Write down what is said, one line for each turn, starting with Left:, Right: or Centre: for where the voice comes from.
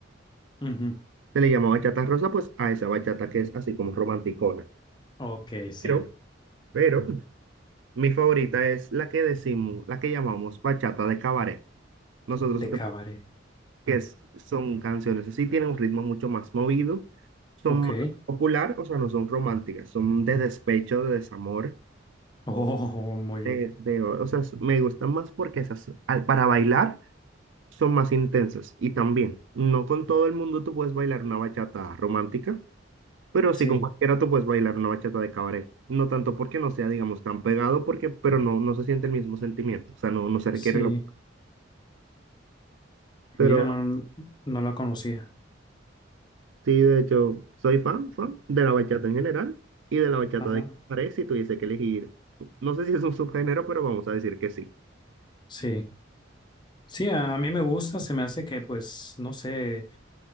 Left: Ujú.
Right: Se le llama bachata rosa, pues, a esa bachata que es así como romanticona.
Left: Ok, sí,
Right: Pero, pero, mi favorita es la que decimos, la que llamamos bachata de cabaret. Nosotros
Left: de
Right: Cre-
Left: cabaret.
Right: que es- son canciones así, tienen un ritmo mucho más movido, son
Left: Ok.
Right: más popular, o sea, no son románticas, son de despecho, de desamor,
Left: Oh, muy bien.
Right: de, de- o sea, s- me gustan más porque esas, al- para bailar son más intensas. Y también, no con todo el mundo tú puedes bailar una bachata romántica, pero sí
Left: Sí,
Right: con cualquiera tú puedes bailar una bachata de cabaret. No tanto porque no sea, digamos, tan pegado, porque, pero no, no se siente el mismo sentimiento, o sea, no, no se requiere
Left: sí.
Right: lo... Pero,
Left: Mira, no, no la conocía.
Right: Sí, de hecho, soy fan, fan de la bachata en general y de la bachata
Left: Ajá.
Right: de Cabaret si tuviese que elegir. No sé si es un subgénero, pero vamos a decir que sí.
Left: Sí. Sí, a mí me gusta, se me hace que, pues, no sé,